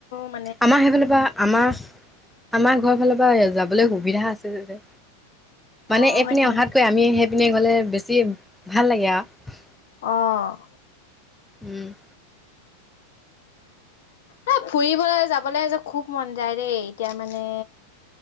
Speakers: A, on the left; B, in the centre.
A: মইয়ো
B: আমাৰ সেইফালৰ পৰা, আমাৰ আমাৰ ঘৰ ফালৰ পৰা যাবলৈ সুবিধা আছে যে,
A: অ',
B: মানে এইপিনে
A: হয় নেকি?
B: অহা <unintelligible> আমি সেইপিনে গ'লে বেছি ভাল লাগে আৰু।
A: অ'।
B: উম।
A: এ, ফুৰিবলৈ যাবলে খুব মন যায় দেই, এতিয়া মানে